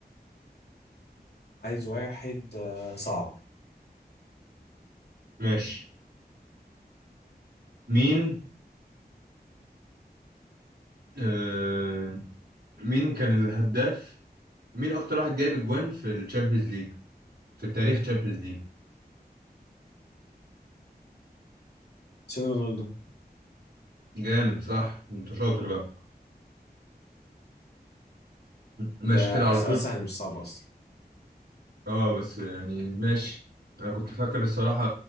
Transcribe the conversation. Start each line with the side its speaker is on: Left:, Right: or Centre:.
Left: عايز واحد آه، صعب
Right: ماشي مين آه مين كان الهداف مين أكتر واحد جايب أجوان في الشامبيونز ليج في التاريخ تشامبيونز ليج
Left: سيدي رونالدو
Right: جامد صح أنت شاطر بقى ماشي
Left: ده
Right: كده على
Left: سؤال
Right: لا طول
Left: سهل مش صعب أصلا
Right: أه بس يعني ماشي أنا كنت فاكر الصراحة